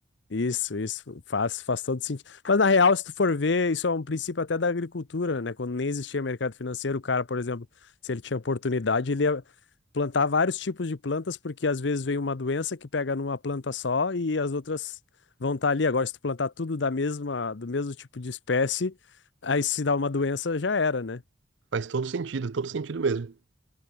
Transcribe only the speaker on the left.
Isso, isso faz, faz todo sentido. Mas na real, se tu for ver, isso é um princípio até da agricultura, né? Quando nem existia mercado financeiro, o cara, por exemplo, se ele tinha oportunidade, ele ia plantar vários tipos de plantas, porque às vezes vem uma doença que pega numa planta só e as outras vão estar ali. Agora, se tu plantar tudo da mesma, do mesmo tipo de espécie, aí se dá uma doença, já era, né?